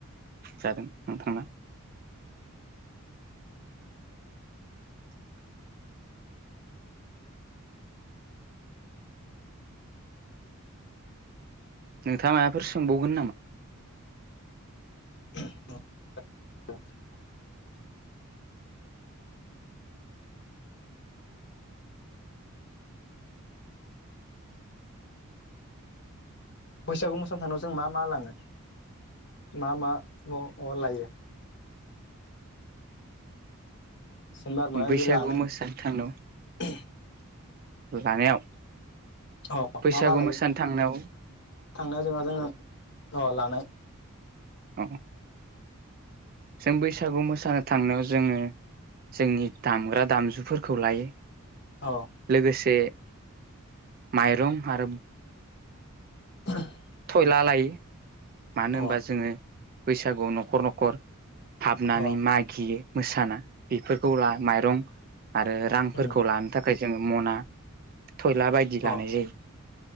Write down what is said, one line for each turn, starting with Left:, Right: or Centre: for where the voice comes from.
Right: जादों नोंथांना। नोंथाङा मायबाफोर सोंबावगोन नामा?
Left: <unintelligible> बैसागु मोसानो थांनायाव जों मा मा लांङो मा मा अ अ लायो? सिनबार मायबा
Right: बैसागु
Left: मायबि लानो
Right: मोसानो थांनायाव
Left: <unintelligible>
Right: लानायाव
Left: अ
Right: बैसागु
Left: मा मा लायो
Right: मोसानो थांनायाव
Left: थांनायाव जोंहा जोंङो‌ अ लानाय
Right: ओं जों बैसागु मोसानो थांनायाव जोङो जोंनि दामग्रा दामजुफोरखौ लायो।
Left: अ
Right: लोगोसे माइरं आरो
Left: <unintelligible>
Right: थयला लायो मानो
Left: अ
Right: होनबा जोंङो बैसागुआव न'खर न'खर हाबनानै
Left: अ
Right: मागियो मोसाना बेफोरखौ ला माइरं आरो रांफोरखौ
Left: उम
Right: लानो थाखाय जोंङो मना थयला बायदि
Left: अ
Right: लानाय जायो।